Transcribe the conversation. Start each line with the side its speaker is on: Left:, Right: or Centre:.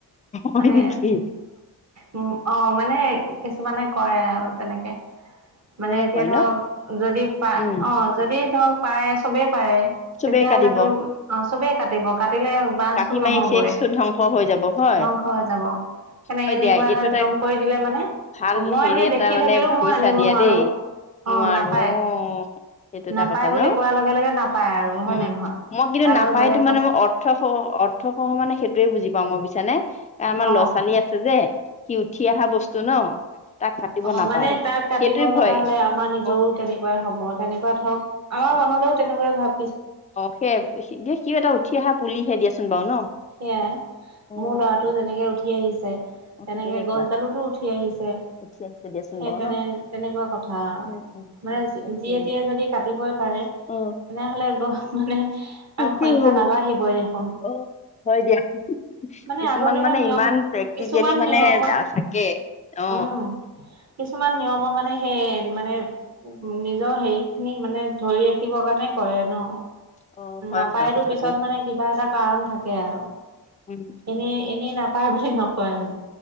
Left: হয়
Right: মানে
Left: নেকি
Right: উ অ মানে কে কিছুমানে কৰে আৰু তেনেকে
Left: তেনেকে
Right: মানে এতিয়া
Left: কয়
Right: ধৰক
Left: ন
Right: যদি পা
Left: উম
Right: অ যদি ধৰক পায় চবে পাৰে
Left: চবেই
Right: তেতিয়াহ'লেতো
Left: কাটিব
Right: অ চবেই কাটিব কাটিলে বাঁহ
Left: কাটি
Right: চোন
Left: মাৰি
Right: নহবই
Left: শেষটো ধ্বংস হৈ যাব হয়
Right: ধ্বংস হৈ যাব। মানে
Left: হয়
Right: এনেকোৱা
Left: দিয়া
Right: এটা
Left: এইটো
Right: নিয়ম কৰি দিলে মানে
Left: ভাল
Right: মই
Left: হেৰি
Right: যেতিয়া
Left: এটা
Right: দেখি
Left: মানে
Right: থাকিলেও
Left: কৈছা
Right: মই আনিব
Left: দিয়া
Right: নোৱাৰো
Left: দেই নোৱাৰো
Right: অঁ নাপায়
Left: অ সেইটো এটা
Right: নাপায়
Left: কথা
Right: বুলি
Left: ন
Right: কোৱাৰ লগে লগে নাপায় আৰু হয়
Left: উম
Right: নে নহয়
Left: মই কিন্তু
Right: তাত
Left: নাপায়তো
Right: আৰু বেলেগ
Left: মানে
Right: বস্তু
Left: মই অৰ্থ সহ অৰ্থ সহ মানে সেইটোয়ে বুজি পাওঁ মই ব কাৰ আমাৰ ল'ৰা
Right: অ
Left: ছোৱালী আছে যে সি উঠি অহা বস্তু ন তাক কাটিব
Right: অঁ
Left: নাপায়।
Right: মানে তাক কাটিব
Left: সেইটোৱে ভয়
Right: লগা হলে আমাৰ নিজৰও
Left: অ',
Right: তেনেকোৱাই হ'ব তেনেকোৱা ধৰক মনলৈও তেনেকোৱাই ভাব।
Left: অঁ সে এই সিয়ো এটা উঠি অহা পুলিহে দিয়াচোন বাৰু ন
Right: সেয়াই
Left: অ',
Right: মোৰ ল'ৰাটো
Left: অ
Right: যেনেকে উঠি আহিছে।
Left: অ
Right: তেনেকে
Left: সেই তেনেকুৱা
Right: গছডালোতো উঠি আহিছে। সেই
Left: উঠি আহিছে দিয়াচোন বাৰু
Right: তেনে
Left: ন।
Right: তেনে তেনেকোৱা কথা আৰু
Left: উম, উম,
Right: মানে
Left: উম, তাকে
Right: যিয়েটিয়ে যদি কাটিবই পাৰে তেনেহলে
Left: অ',
Right: গ মানে আৰু
Left: তাকে
Right: সংখ্যা
Left: হ'ব
Right: নাবাঢ়িবই দেখোন
Left: অ'। হয় দিয়া।
Right: মানে
Left: কিছুমান
Right: আগৰ দিনৰ
Left: মানে
Right: নিয়ম
Left: ইমান প্ৰেক্টিকেলি
Right: কিছুমান
Left: মানে
Right: নিয়মৰ
Left: থাকে অঃ।
Right: উম, কিছুমান নিয়মৰ মানে সেই মানে। উ নিজৰ হেৰি খিনি মানে ধৰি ৰাখিবৰ কাৰণে কৰে ন
Left: অ', হয়,
Right: নাপায়তো
Left: হয় কথাটো
Right: পিছত মানে কিবা এটা কাৰণ থাকে। আৰু।
Left: উম,
Right: এনেই এনেই নাপায় বুলি নকয় মানে।